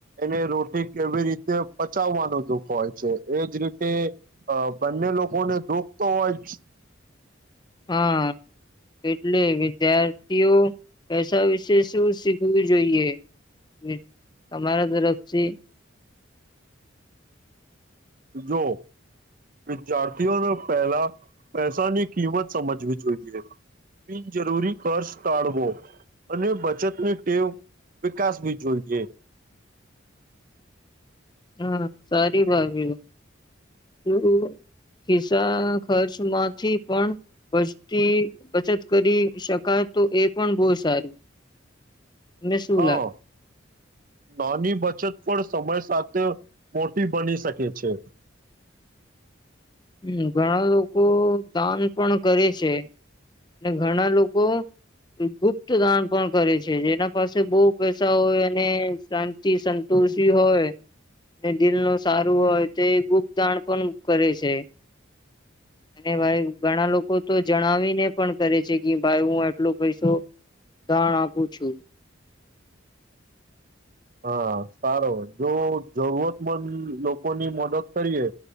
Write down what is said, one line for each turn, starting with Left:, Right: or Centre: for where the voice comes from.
Right: એને રોટી કેવી રીતે પચાવવાનું દુઃખ હોય છે એજ રીતે બંને લોકોને દુઃખ તો હોય જ
Left: હા એટલે વિદ્યાર્થીઓ પૈસા વિશે શું શીખવું જોઈએ તમારા તરફથી
Right: જો વિદ્યાર્થીઓને પહેલા પૈસાની કિંમત સમજવી જોઈએ બિનજરૂરી ખર્ચ ટાળવો અને બચતની ટેવ વિકાસવી જોઈએ.
Left: હા સારી વાત એ શું ખિસ્સા ખર્ચમાંથી પણ બચતી બચત કરી શકાય તો એ પણ બો સારું તમને શું
Right: હા
Left: લાગે
Right: નાની બચત પણ સમય સાથે મોટી બની શકે છે.
Left: હ ઘણા લોકો દાન પણ કરે છે અને ઘણા લોકો ગુપ્ત દાન પણ કરે છે જેના પાસે બહુ પૈસા હોય અને શાંતિ સંતોષી હોય દિલનુ સારું હોય તો ગુપ્ત દાન પણ કરે છે. અને ભાઈ ઘણા લોકો તો જણાવીને પણ કરે છે કે ભાઈ હું આટલો પૈસો દાણ આપું છું.
Right: હા સારો જો જરૂરતમંદ લોકોની મદદ કરીએ